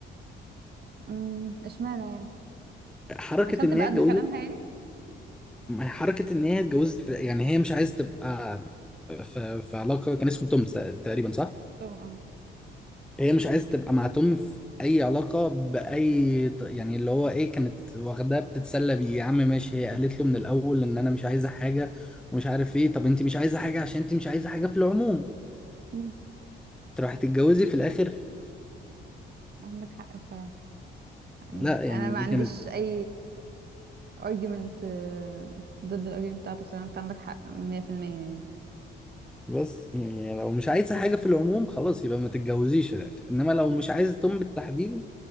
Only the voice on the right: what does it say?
أمم، اشمعنى يعني
عشان
تبقى
قد كلامها يعني
طبعا
اه أمم،
عندك حق بصراحة يعني
أنا ما
عنديش
أي argument آه، ضد الargument بتاعتك بصراحة أنت عندك حق مية في المية يعني